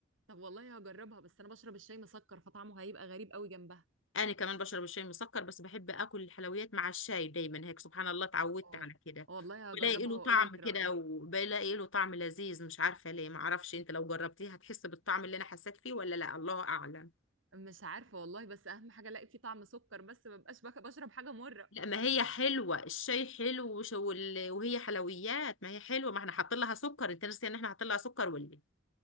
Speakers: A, on the right (about 80°); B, on the left (about 80°).
A: طب والله هجربها بس انا بشرب الشاي مسكر فطعمه هيبقى غريب قوي جنبها
B: انا كمان بشرب الشاي مسكر بس بحب اكل الحلويات مع الشاي دايما هيك سبحان الله اتعودت
A: اه
B: على كده
A: والله هجربها
B: بلاقي له
A: واقول
B: طعم
A: لك
B: كده
A: رأيي
B: وبلاقي له طعم لذيذ مش عارفه ليه ما اعرفش انت لو جربتيه هتحس بالطعم اللي انا حسيت فيه ولا لا الله اعلم
A: مش عارفة والله بس أهم حاجة ألاقي فيه طعم سكر بس ما بقاش بك- بشرب حاجة مرة
B: لا ما هي حلوه الشاي حلو وش- وال- وهي حلويات ما هي حلوه ما احنا حاطين لها سكر انت ناسي ان احنا حاطين لها سكر ولا إيه؟